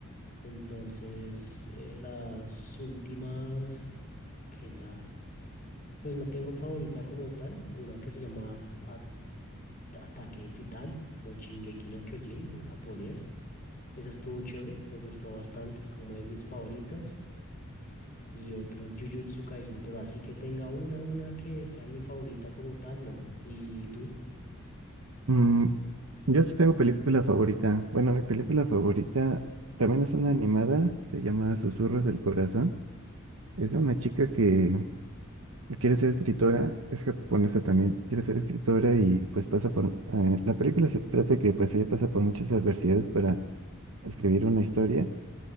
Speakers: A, on the left; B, on the right.
A: Entonces, eh, las últimas que la... Pues no tengo favorita como tal, una que se llama A- Ataque de Titán o Shingeki no Kyojin en japonés. Esa estuvo chévere, me gustó bastante, es como de mis favoritas. Y otras Jujutsu Kaisen, pero así que tenga una, una que sea mi favorita como tal, no. ¿Y tú?
B: Mm, yo sí tengo película favorita. Bueno, mi película favorita también es una animada, se llama Susurros del Corazón. Es de una chica que Quiere ser escritora, es japonesa también, quiere ser escritora y pues pasa por... eh, la película se trata que pues ella pasa por muchas adversidades para escribir una historia